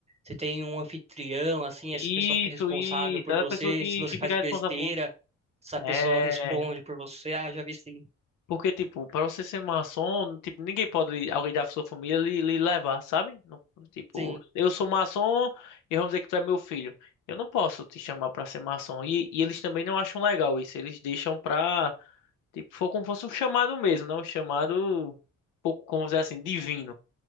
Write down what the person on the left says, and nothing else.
Isso,
isso.
É
a pessoa que,
que
fica
responsável por. isso.
É.
Porque, tipo, pra você ser maçom, tipo, ninguém pode, alguém da sua família, lhe, lhe levar, sabe? Não- tipo,
eu sou maçom e vamos dizer que tu é meu filho. Eu não posso te chamar pra ser maçom. E, e eles também não acham legal isso. Eles deixam pra. Tipo, for como se fosse um chamado mesmo, né? Um chamado, um pouco, como dizer assim, divino.